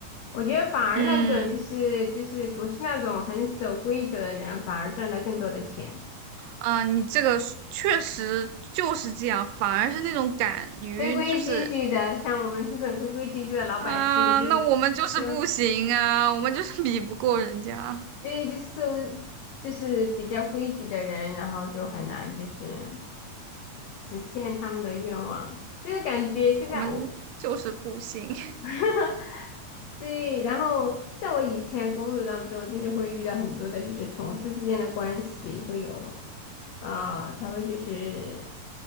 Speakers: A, on the left; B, on the right.
A: 我觉得反而那种就是就是不是那种很守规则的人，
B: 嗯
A: 反而赚到更多的钱。
B: 啊，你这个是确实就是这样，反而是那种敢于就是
A: 规规矩矩的，像我们这种规规矩矩的老百姓，
B: 啊，
A: 就
B: 那我们就是不行啊，
A: 这个
B: 我们就是比不过人家。
A: 对，就是受就是比较规矩的人，然后就很难就是实现他们的愿望。就是感觉现在我
B: 我们就是不行 <laughs>
A: <laughs> 对，然后像我以前工作当中，就是会遇到很多的，就是同事之间的关系会有啊，他们就是